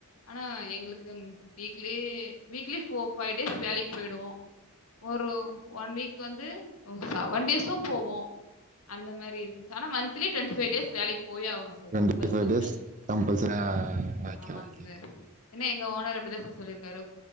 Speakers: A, on the left; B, on the right.
A: ஆனா எங்களுக்கு weekly weekly four five days வேலைக்கு போயிடுவோம் ஒரு ஒன் வீக் வந்து செவன் டேஸும் போவோம் அந்த மாரி இருந்ச் சா ஆனா மந்த்லி டுவெண்ட்டி ஃபைவ் டேஸ் வேலைக்கு போயே ஆகணும் sir.
B: Twenty
A: compulsory
B: five days
A: நாங்க.
B: கம்பல்சரி <unintelligible>
A: ஆமாங்க சார். ஏன்னா எங்க ஓனர் அப்டிதா சர் சொல்லியிருக்காரு